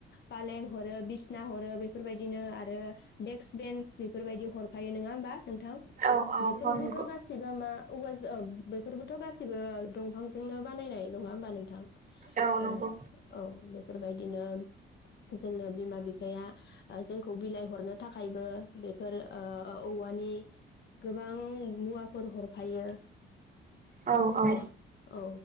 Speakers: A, on the left; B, on the right.
A: फालें हरो बिसना हरो बेफोरबायदिनो आरो देक्स बेन्स बेफोरबायदि हरफायो नङा होमबा। नोंथां
B: औ औ
A: बेफोरबोथ'
B: नंगौ
A: गासिबो मा औवा जों बेफोरबोथ' गासिबो दंफांजोंनो बानायनाय नङा होमबा नोंथां
B: औ
A: ह
B: नंगौ
A: औ बे बेफोरबायदिनो जोंनो बिमा बिफाया जोंखौ बिलाइ हरनो थाखायबो बेफोर ओ औवानि गोबां मुवाफोर हरफायो
B: औ औ
A: अ औ